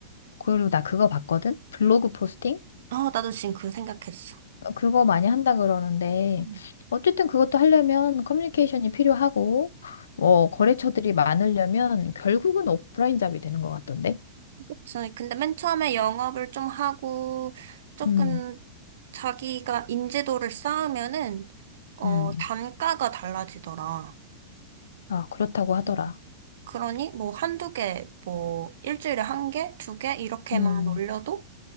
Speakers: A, on the left (about 85°); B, on the right (about 75°).
A: 그리고 나 그거 봤거든? 블로그 포스팅?
B: 아, 나도 지금 그 생각했어.
A: 그거 많이 한다 그러는데,
B: 응.
A: 어쨌든 그것도 하려면 커뮤니케이션이 필요하고, 뭐, 거래처들이 많으려면 결국은 오프라인 잡이 되는 것 같던데?
B: 그치. 근데 맨 처음에 영업을 좀 하고 조금
A: 음,
B: 자기가 인지도를 쌓으면은 어
A: 음,
B: 단가가 달라지더라.
A: 아, 그렇다고 하더라.
B: 음. 그러니 뭐 한두 개, 뭐 일주일에 한 개, 두 개 이렇게만
A: 음,
B: 올려도